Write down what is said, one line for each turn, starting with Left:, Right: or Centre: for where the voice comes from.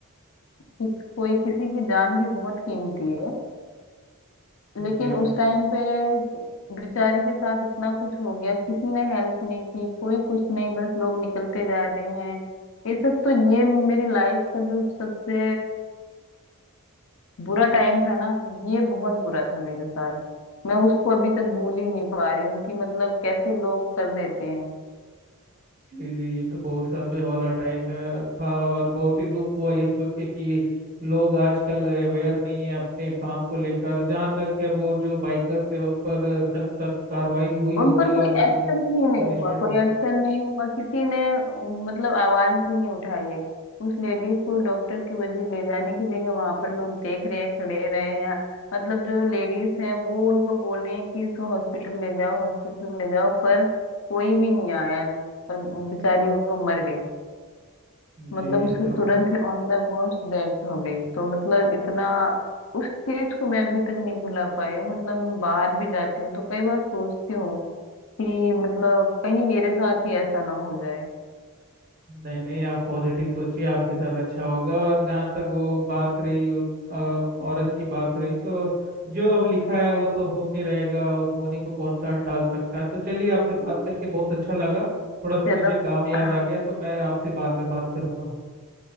Left: कि कोई किसी की जान भी बहुत कीमती है लेकिन
Right: जी
Left: उस
Right: बिल्कुल
Left: टाइम पे बेचारी के साथ इतना कुछ हो गया किसी ने हेल्प नहीं की कोई कुछ नहीं बस लोग निकलते जा रहे हैं ये सब तो ये मेरी लाइफ का जो सबसे बुरा टाइम था ना ये बहुत बुरा था मेरे साथ मैं उसको अभी तक भूल ही नहीं पा रही हूँ कि मतलब कैसे लोग कर देते हैं
Right: जी जी ये तो बहुत समय वाला टाइम है था और बहुत ही दुख हुआ ये सुन के कि लोग आजकल अवेयर नहीं है अपने काम को लेकर जहाँ तक है वो जो बाइकर्स है उन पर सख्त सख्त कार्रवाई हुई होगी
Left: उन पर कोई
Right: और उनको
Left: एक्शन ही नहीं
Right: पनिशमेंट
Left: हुआ कोई
Right: मिली
Left: एक्शन नहीं हुआ किसी ने उम, मतलब आवाज ही नहीं उठाई है उस लेडीज को डॉक्टर की वजह ले जाने की जगह वहां पर लोग देख रहे हैं खड़े रहे हैं मतलब जो लेडीज हैं वो उनको बोल रही हैं कि इसको हॉस्पिटल ले जाओ हॉस्पिटल ले जाओ पर कोई भी नहीं आया पर बेचारी वो मर गई
Right: जी
Left: मतलब
Right: ये
Left: उसकी
Right: तो
Left: तुरंत ही ऑन द स्पॉट डेथ हो गई तो मतलब इतना उस चीज को मैं अभी तक नहीं भुला पाई हूँ मतलब मैं बाहर भी जाती हूँ तो कई बार सोचती हूँ कि मतलब कहीं मेरे साथ ही ऐसा ना हो जाए
Right: नहीं नहीं आप पॉजिटिव सोचिए आपके साथ अच्छा होगा और जहाँ तक वो बात रही उन अ, औरत की बात रही तो जो अब लिखा है वो तो होके रहेगा और होने को कौन सा टाल सकता है तो चलिए आपसे बात करके बहुत अच्छा लगा थोड़ा सा
Left: चलो
Right: मुझे काम याद
Left: आह,
Right: आ गया तो मैं आपसे बाद में बात करूंगा